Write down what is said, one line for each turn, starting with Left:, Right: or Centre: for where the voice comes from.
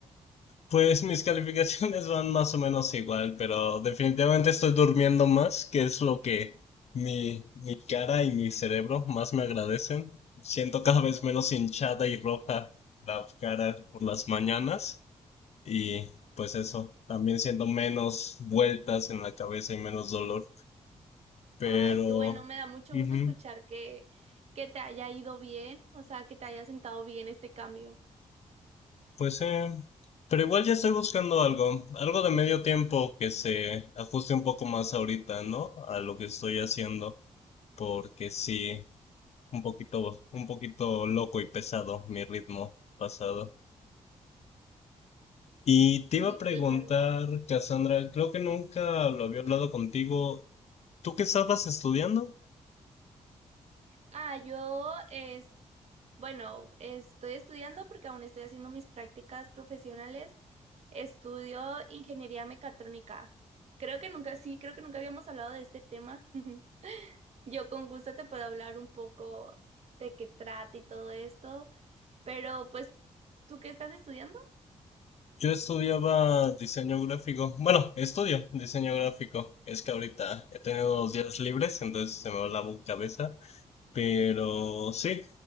Left: Pues mis calificaciones van más o menos igual, pero definitivamente estoy durmiendo más, que es lo que mi, mi cara y mi cerebro más me agradecen. Siento cada vez menos hinchada y roja la cara por las mañanas y pues eso, también siento menos vueltas en la cabeza y menos dolor, pero
Right: Ay, qué bueno, me da mucho
Left: ujú,
Right: gusto escuchar que, que te haya ido bien, o sea, que te haya sentado bien este cambio.
Left: pues eh, pero igual ya estoy buscando algo, algo de medio tiempo que se ajuste un poco más ahorita, ¿no? A lo que estoy haciendo. porque sí, un poquito, un poquito loco y pesado mi ritmo pasado. Y
Right: Sí,
Left: te iba a preguntar,
Right: claro.
Left: Cassandra, creo que nunca lo había hablado contigo. ¿Tú qué estabas estudiando?
Right: Ah, yo es, bueno, estoy estudiando porque aún estoy haciendo mis prácticas profesionales. Estudio ingeniería mecatrónica. Creo que nunca, sí, creo que nunca habíamos hablado de este tema. <laughs> Yo con gusto te puedo hablar un poco de qué trata y todo esto, pero pues, ¿tú qué estás estudiando?
Left: Yo estudiaba diseño gráfico. Bueno, estudio diseño gráfico. Es que ahorita he tenido dos días libres, entonces se me va la bu- cabeza. Pero sí,